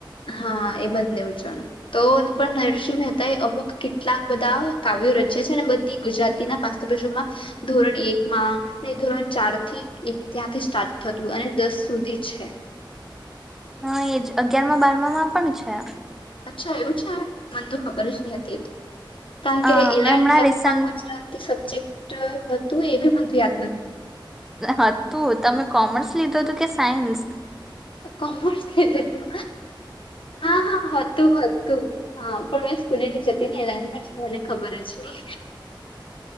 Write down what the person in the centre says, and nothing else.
હા એજ અગિયાર માં બારમા માં પણ છે.
હા
મેં હમણાં
રિસન્ટ
હતું તમે કોમર્સ લીધું હતું કે સાયન્સ.